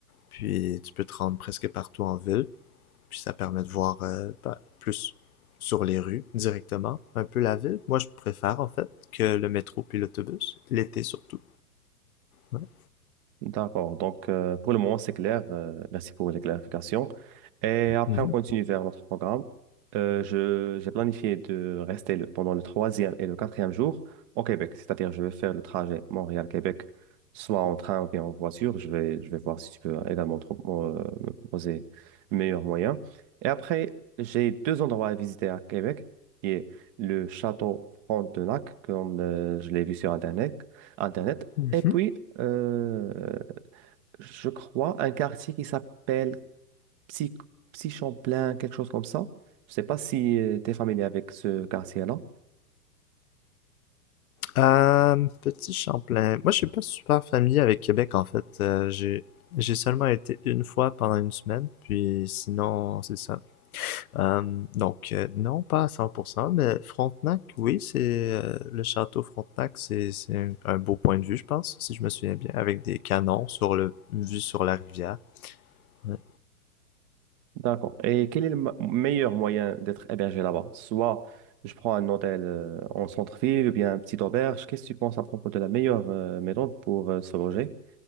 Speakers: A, on the left; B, on the right.
A: Puis tu peux te rendre presque partout en ville. Puis ça permet de voir euh, ben, plus sur les rues directement, un peu la ville. Moi, je préfère en fait que le métro puis l'autobus, l'été surtout. Ouais.
B: D'accord. Donc, euh, pour le moment, c'est clair. Euh, merci pour les clarifications. Et après,
A: Mhm.
B: on continue vers notre programme. Euh, je, j'ai planifié de rester le- pendant le troisième et le quatrième jour au Québec. C'est-à-dire, je vais faire le trajet Montréal-Québec, soit en train ou bien en voiture. Je vais, je vais voir si tu peux également trop- me euh, me proposer le meilleur moyen. Et après, j'ai deux endroits à visiter à Québec, qui est le château Frontenac, comme euh, je l'ai vu sur Internet. Internet
A: Mhm.
B: et puis, euh, je crois, un quartier qui s'appelle Psy, Psy-Champlain, quelque chose comme ça. Je sais pas si tu es familier avec ce quartier-là.
A: Euh, petit Champlain. Moi, je suis pas super familier avec Québec en fait. Euh, j'ai j'ai seulement été une fois pendant une semaine, puis sinon, c'est ça. Euh, donc, euh, non, pas à 100%, mais Frontenac, oui, c'est euh, le château Frontenac, c'est c'est un, un beau point de vue, je pense, si je me souviens bien, avec des canons sur le vue sur la rivière. Ouais.
B: D'accord. Et quel est le mo- meilleur moyen d'être hébergé là-bas? Soit je prends un hôtel euh, en centre-ville ou bien une petite auberge. Qu'est-ce que tu penses à propos de la meilleure euh, méthode pour euh, se loger?